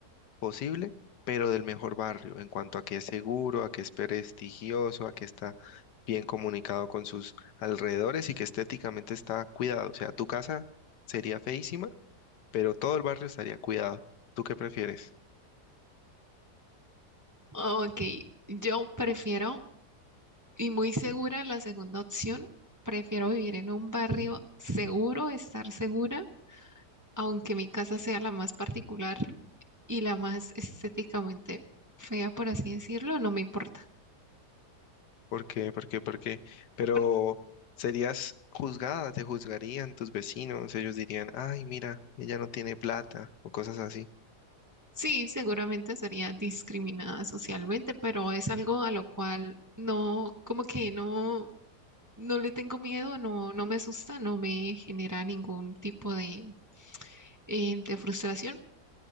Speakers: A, on the left; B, on the right.
A: posible, pero del mejor barrio, en cuanto a que es seguro, a que es prestigioso, a que está bien comunicado con sus alrededores y que estéticamente está cuidado. O sea, tu casa sería feísima, pero todo el barrio estaría cuidado. ¿Tú qué prefieres?
B: Ok, yo prefiero, y muy segura la segunda opción, prefiero vivir en un barrio seguro, estar segura, aunque mi casa sea la más particular. y la más estéticamente fea, por así decirlo, no me importa.
A: ¿Por qué? ¿Por qué? ¿Por qué? Pero
B: Porque
A: serías juzgada, te juzgarían tus vecinos, ellos dirían, ay, mira, ella no tiene plata o cosas así.
B: sí, seguramente sería discriminada socialmente, pero es algo a lo cual no, como que no, no le tengo miedo, no, no me asusta, no me genera ningún tipo de, eh, de frustración.